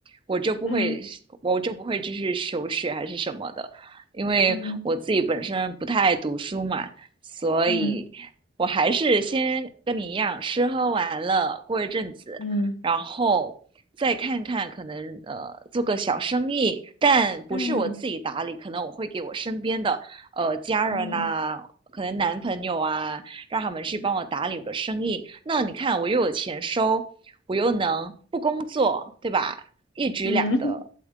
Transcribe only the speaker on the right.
我就不会，
我就不会继续求学还是什么的，因为我自己本身不太爱读书嘛，
所以我还是先跟你一样，
吃喝玩乐过一阵子，
然后再看看可能呃做个小生意，但不是我自己打理，
可能我会给我身边的呃家人呐、
可能男朋友啊，让他们去帮我打理我的生意。那你看，我又有钱收，我又能不工作，对吧？一举两得，